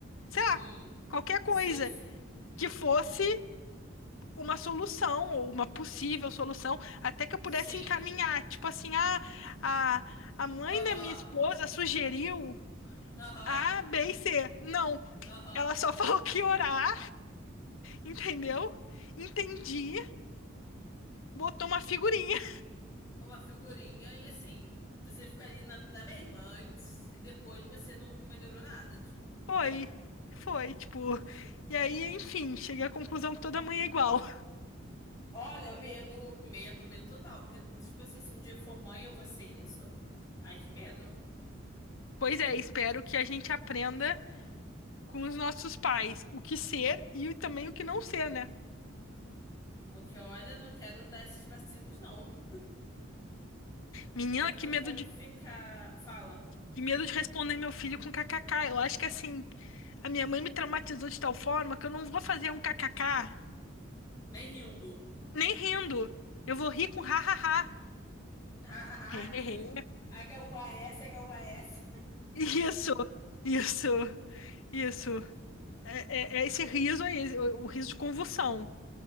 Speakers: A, on the left; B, on the left.
A: Sei
B: uhum,
A: lá, qualquer coisa
B: são,
A: que fosse uma solução ou uma possível solução, até que eu pudesse
B: sim,
A: encaminhar, tipo assim, ah, a a mãe
B: aham,
A: da minha esposa sugeriu
B: aham,
A: A, B e C. Não,
B: aham,
A: ela só <laughs> falou que ia orar, entendeu? Entendi, botou uma figurinha
B: uma figurinha, e assim, você fica ali na, na mesma antes, e depois você não melhorou nada, tipo.
A: Foi, foi, tipo. E aí, enfim, cheguei à conclusão que toda mãe é igual.
B: Olha, medo, medo, medo total, porque, tipo assim, se um dia for mãe eu vou ser isso, ai que medo,
A: Pois é, espero que a gente aprenda com os nossos pais o que ser e o- também o que não ser, né?
B: porque olha, não quero dar esses vacilos não.
A: Menina,
B: Até porque
A: que
B: eu não
A: medo
B: quero
A: de,
B: ficar. Fala.
A: que medo de responder meu filho com kkk. Eu acho que assim, a minha mãe me traumatizou de tal forma que eu não vou fazer um kkk
B: Nem rindo.
A: nem rindo. Eu vou rir com hahaha.
B: <laughs> aquele.
A: Hehehe.
B: H-U-A-S, H-U-A-S.
A: Isso, isso, isso. É, é- é esse riso aí, o o riso de convulsão.